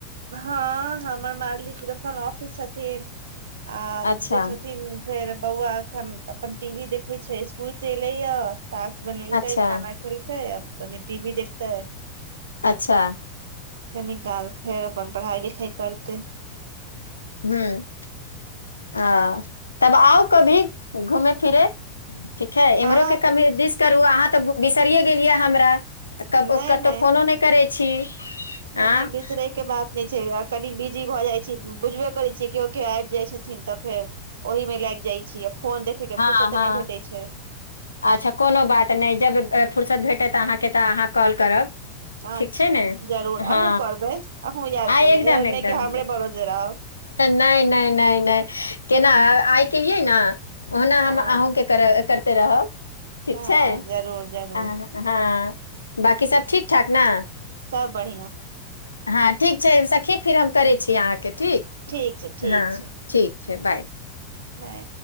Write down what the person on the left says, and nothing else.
अच्छा
अच्छा
अच्छा
हूँ आ तब आउ कभी घूमे फिरे ठीक है इमहरोे
कभी दिस करू अहाँ तऽ बिसरियै गेलियै हमरा तऽ कब
कतहु
फोनो करै छी
आँ
हँ
हँ
अच्छा कोनो बात नहि जब ऐं फुुरसत भेटत अहाँके तऽ अहाँ कॉल करब
ठीक छै ने
हँ
आ
एकदम
एकदम
नहि नहि नहि नहि केना आई केलियै ने ओना
हम अहूँ के करे कर- ते रहब ठीक
छै
अं- ह-हँ बांकी सब ठीक ठाक न
हँ ठीक छै सखी फेर हम करै छी अहाँके ठीक
हँ
ठीक छै बाय